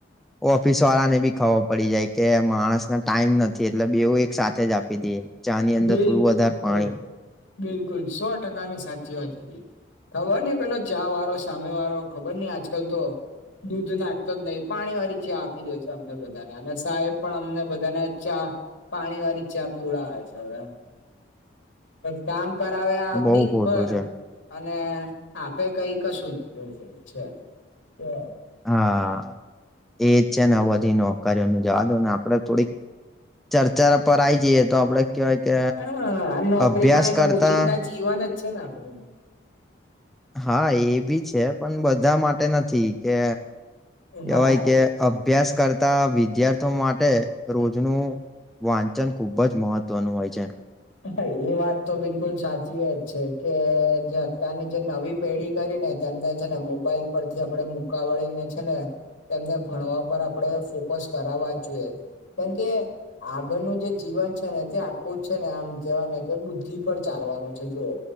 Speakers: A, in the centre; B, on the left (about 70°).
A: ઓફિસ વાળાને ભી ખાબર પડી જાય. કે માણસને ટાઈમ નથી એટલે બેવું એક સાથે જ આપી દઈએ ચાની અંદર
B: બિલકુલ
A: થોડું વધારે પાણી.
B: બિલકુલ સો ટકા ની સાચી વાત કીધી, ખબર ને પેલો ચા વાળો સામે વાળો ખબર ની આજકાલ તો દૂધ નાખતો જ નહીં પાણી વાળી ચા આપી દે છે અમને બધાને. અને સાહેબ પણ અમને બધાને ચા પાણી વાળી ચા પીવડાવ છે અવે. કામ કરાવે અ
A: બઉ
B: દિન
A: ખોટું
B: ભર.
A: છે
B: અને આપે કઈ કશું નહી એવું કઈ છે.
A: હા, એજ છે ને બધી નોકરીઓનું જવા દો ને આપડે થોડીક ચર્ચા પર આવી જઈએ તો આપડે કેવાય કે
B: હા નોકરી
A: અભ્યાસ
B: પણ એક
A: કરતા
B: રોજિંદા જીવન જ છે ને આપડું
A: હા એ બી છે પણ બધા માટે નથી, કે કેવાય
B: હા એ
A: કે અ ભ્યાસ કરતા વિદ્યાર્થીઓ માટે રોજનું વાંચન ખુબ જ મહત્વનું હોય છે.
B: હા એ વાત તો બિલકુલ સાચી જ છે કે જે અત્યારની જે નવી પેઢી કરીને તેમને છેને મોબાઈલ પરથી આપડે મુકા વળીને છે ને. તેમને ભણવા પર આપડે ફોકસ કરાવા જ જોઈએ. કેમ કે આગળનું જે જીવન છે ને તે આખું જ છે ને આમ કેવાય ને કે બુદ્ધિ પર ચાલવાનું છે જુઓ.